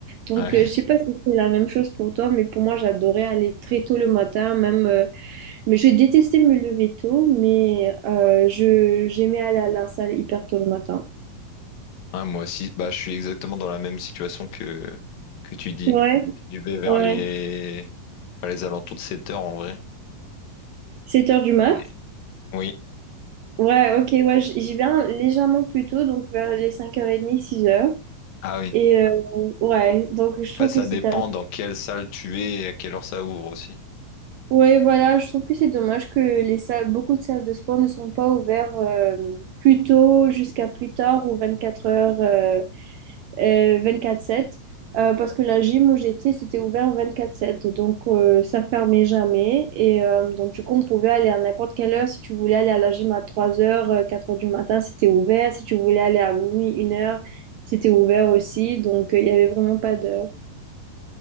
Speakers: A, on the right (about 75°); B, on the left (about 80°).
A: Donc
B: Ouais.
A: euh,
B: <laughs>
A: je sais pas si c'est la même chose pour toi, mais pour moi j'adorais aller très tôt le matin, même euh, mais je détestais me lever tôt, mais euh, je j'aimais aller à la salle hyper tôt le matin.
B: Ouais, moi aussi, bah je suis exactement dans la même situation que que tu dis.
A: Ouais,
B: Je vais vers
A: ouais.
B: les vers les alentours de 7 heures en vrai.
A: 7 heures du mat?
B: Et- Oui.
A: Ouais, ok, ouais, j- j'y vais un- légèrement plus tôt, donc vers les 5h30, six heures.
B: Ah oui.
A: Et euh, ouais, donc je trouve
B: Après, ça
A: que c'est
B: dépend
A: tellement
B: dans quelle salle tu es et à quelle heure ça ouvre aussi.
A: Ouais, voilà, je trouve que c'est dommage que les salles, beaucoup de salles de sport ne sont pas ouvertes euh, plus tôt jusqu'à plus tard ou 24 heures, euh, euh, 24-7. Euh, parce que la gym où j'étais, c'était ouvert 24-7. Donc, euh, ça fermait jamais. Et euh, donc, du coup, on pouvait aller à n'importe quelle heure. Si tu voulais aller à la gym à 3 heures, euh, 4 heures du matin, c'était ouvert. Si tu voulais aller à minuit, une heure, c'était ouvert aussi. Donc, euh, il y avait vraiment pas d'heure.